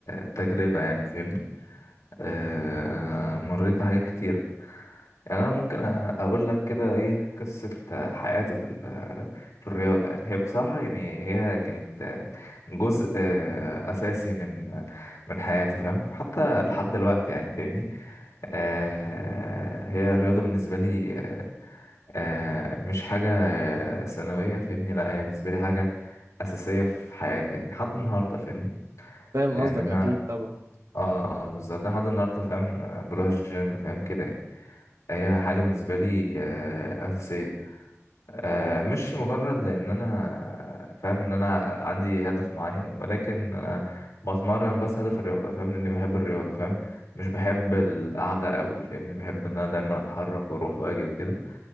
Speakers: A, on the left; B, on the right.
A: التجربة يعني فاهمني آه، مريت بحاجات كتير يعني انا ممكن أ- اقول لك كده ايه قصه حياتي في ال- في الرياضه يعني هي بصراحه يعني هي كانت جزء اساسي من من حياتي فاهم حتى لحد دلوقتي يعني فاهمني آه، هي الرياضه بالنسبه لي آه، مش حاجه ثانويه فاهمني لا هي بالنسبه لي حاجه اساسيه في حياتي يعني لحد النهارده فاهمني
B: فاهم
A: يعني
B: قصدك
A: انا
B: اكيد طبعا
A: اه آه، بالظبط أنا لحد النهارده فاهم آه، بروح الجيم فاهم كده يعني. هي حاجة بالنسبة لي آه، أساسية آه، مش مجرد لأن أنا فاهم إن أنا عندي هدف معين ولكن أنا بتمرن بس هدف الرياضة فاهم إني بحب الرياضة فاهم مش بحب القعدة قوي فاهمني بحب إن أنا دايما أتحرك وأروح وأجي وكده